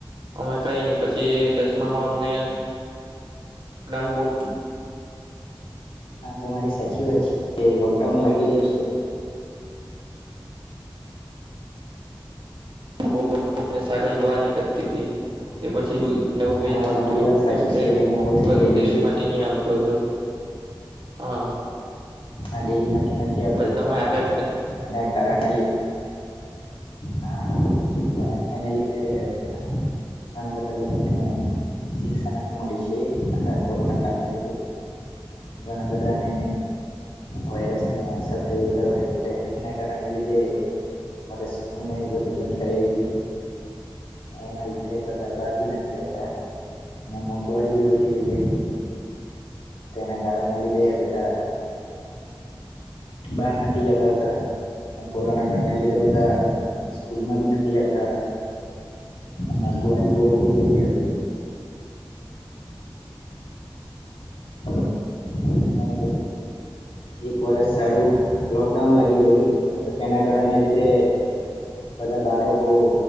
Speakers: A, on the right; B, on the left.
A: અમે કઈ ન પછી દસમામાં અમને પ્લાન બોલ
B: હા તમારી સાચી વાત છે કે લોકડાઉન લાગી રહ્યું છે.
A: <unintelligible> કરતીથી તે પછી નેવું
B: હા
A: બી મળતું
B: તમારી વાત
A: હતું
B: સાચી
A: કેમ કે
B: છે મોંઘું થઈ
A: બધું
B: ગયેલું
A: ડેરીમાંથી
B: છે
A: ની આવતું હતું. હહ
B: ના ડેરીમાંથી નથી આવતું
A: તમે
B: હતું
A: આગળ
B: એના કારણને લીધે હા હા તા તેને લીધે હા ઘણા બધા લોકોને શિક્ષા નથી મળી છે. આ કોરોના કાળને લીધે. ઘણા બધાંને વાયરસનો અસર થયેલો એટલે એના કારણને લીધે એટલે સ્કૂલને એવું બધું બંધ કરી રહેલું. એના લીધે બધા બાર બી નથી જતા. ને મોંઘવારી બી વધી ગયલી હતી. તેના કારણને લીધે બધા બાર નથી જતા હતા. ને કોરોના કાળને લીધે બધા સ્કૂલમાં બી નથી જતા. મોંઘવારી બહુ વધી ગયેલી હતી. <unintelligible> જાણે <unintelligible> એક વરષ સારું લોકડાઉન લાગી ગયેલું તો તેના કારણને લીધે બધાં બાળકો